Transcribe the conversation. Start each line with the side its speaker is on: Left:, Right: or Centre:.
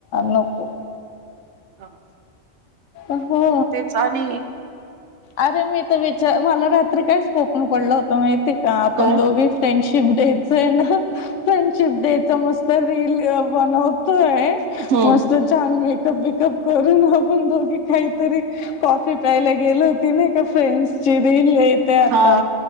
Left: नको.
Right: हा.
Left: अहो.
Right: म तेच आणि-
Left: अरे मी तर विचार, मला रात्री काय स्वप्न पडलं होतं माहितीे का? आपण
Right: काय
Left: दोघी फ्रेंडशिप डेेत- - च ए ना, फ्रेंडशिप डेचा मस्त रील बनवतोय-
Right: हम्म
Left: मस्त- छान मेकअप बिकप करून आपण दोघी काहीतरी कॉफी प्यायला गेलो. ते नाही का फ्रेंडची रिल येते आता.
Right: हा.